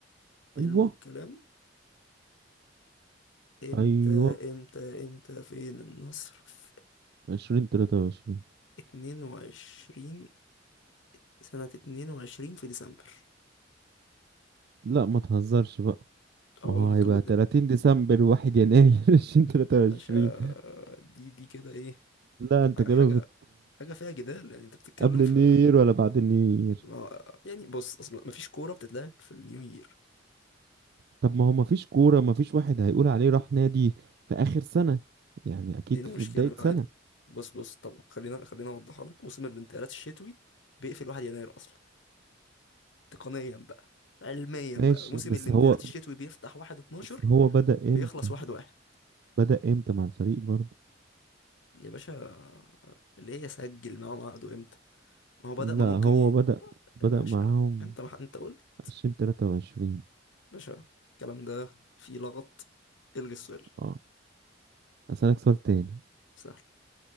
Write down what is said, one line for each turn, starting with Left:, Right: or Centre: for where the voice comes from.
Left: حلو
Right: ايوه
Left: الكلام امتى
Right: ايوه
Left: امتى امتى فين النصر في
Right: عشرين تلاتة وعشرين
Left: 22 سنة 22 في ديسمبر
Right: لا ما تهزرش بقى
Left: اه
Right: ما
Left: والله
Right: هو
Left: مكتوب
Right: هيبقى
Left: قدام
Right: تلاتين ديسمبر واحد يناير <laughs> عشرين تلاتة وعشرين
Left: باشا دي دي كده ايه
Right: لا انت كده
Left: حاجة
Right: بت
Left: حاجة فيها جدال يعني انت بتتكلم
Right: قبل
Left: في
Right: النيو يير ولا بعد النيو يير
Left: ما- يعني بص اصلا مفيش كورة بتتلعب في النيو يير
Right: طب ما هو ما فيش كورة ما فيش واحد هيقول عليه راح نادي في آخر سنة يعني اكيد
Left: دي المشكلة
Right: في بداية
Left: لا
Right: سنة
Left: عادي بص بص طب خلينا خلينا اوضحها لك موسم الانتقالات الشتوي بيقفل 1 يناير اصلا تقنيا بقى علميا
Right: ماشي
Left: بقى موسم
Right: بس
Left: الانتقالات
Right: هو
Left: الشتوي بيفتح 1 12
Right: بس هو بدأ
Left: بيخلص
Right: امتى
Left: 1 1
Right: بدأ امتى مع الفريق برضه
Left: يا باشا ليه يسجل معاهم عقده امتى ما هو بدأ
Right: لا
Left: ما
Right: هو
Left: ممكن ي...
Right: بدأ
Left: لا
Right: بدأ
Left: يا باشا
Right: معاهم
Left: انت ما انت قلت
Right: عشرين تلاتة وعشرين
Left: باشا الكلام ده فيه لغط الغي السؤال
Right: اه أسألك سؤال تاني
Left: سهل